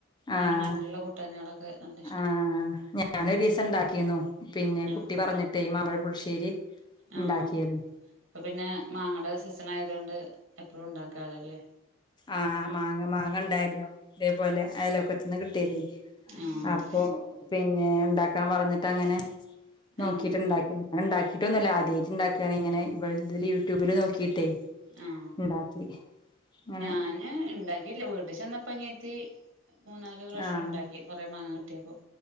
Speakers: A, on the right; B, on the left.
A: അങ്ങനെ
B: ആഹ്
A: മധുരള്ള കൂട്ടാനുകളൊക്കെ നല്ല ഇഷ്ടാ
B: ആഹ് ഞാന് ഒരീസം ഇണ്ടാക്കിന്നു പിന്നെ കുട്ടി
A: ആഹ്
B: പറഞ്ഞി ട്ടെ മാമ്പഴ പുളിശ്ശേരി.
A: ആഹ്
B: ഇണ്ടാക്കിന്നു
A: ഇപ്പ പിന്നെ മാങ്ങയുടെ സീസൺ ആയതു കൊണ്ട് എപ്പഴും ഉണ്ടാക്കാലല്ലേ.
B: ആഹ് മാങ്ങ മാങ്ങ ഉണ്ടായിരുന്നു. ഇതേപോലെ അയലോക്കത്ത്ന്ന് കിട്ടിയതെയ്
A: ആഹ്
B: അപ്പൊ പിന്നെ ഇണ്ടാക്കാൻ പറഞ്ഞിട്ട് അങ്ങനെ നോക്കിയിട്ടുണ്ടാക്കി.
A: ആഹ്
B: അങ്ങന ഇണ്ടാക്കിയിട്ടൊന്നല്ല. ആദ്യായിട്ട് ഇണ്ടാക്കാണ് ഇങ്ങനെ ഇവി ഇതില്‌ യൂട്യൂബില് നോക്കിയിട്ടേ.
A: ആഹ്
B: ഇണ്ടാക്കി ഇങ്ങനെ
A: ഞാന് ഇണ്ടാക്കിട്ടില്ല വീട്ടിൽ ചെന്നപ്പോ അനീയത്തി മൂന്നാല് പ്രാവശ്യം
B: ആഹ്
A: ഇണ്ടാക്കി. കൊറേ മാങ്ങ കിട്ടിയപ്പം